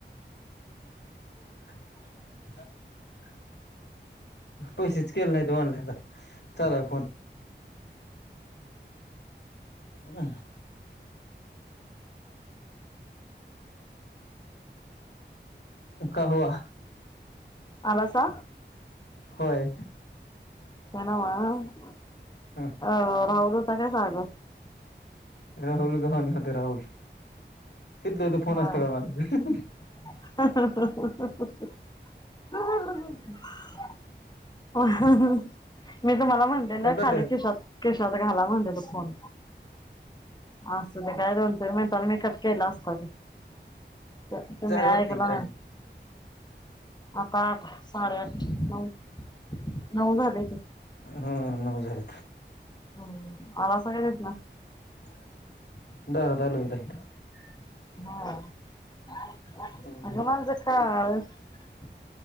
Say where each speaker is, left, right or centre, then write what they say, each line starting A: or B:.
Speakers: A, on the left (about 65°); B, on the left (about 20°).
A: <inaudible> पैसेच केले नाही त ऑनला आता चाला फोन. हम. कावा
B: आलासा
A: होय.
B: <unintelligible>
A: हा राहुल गनानी होते राहुल, तिथलं ते फोन
B: होय
A: असतया माझं
B: <unintelligible> <unintelligible> मी तुम्हाला म्हटले न
A: कळत
B: खाली
A: ते
B: खिशात खिशात घाला म्हणले तो फोन. असं ते काय <unintelligible> कट केला असतां. त तुम्ही
A: झालं
B: ऐकलं
A: वाटते की टाइम
B: ना आता आठ साडे आठ नऊ नऊ झालेचय
A: हा नऊ झाले
B: हम्म आलासा का तिथन?
A: <unintelligible>
B: हां अग
A: इथं
B: माझ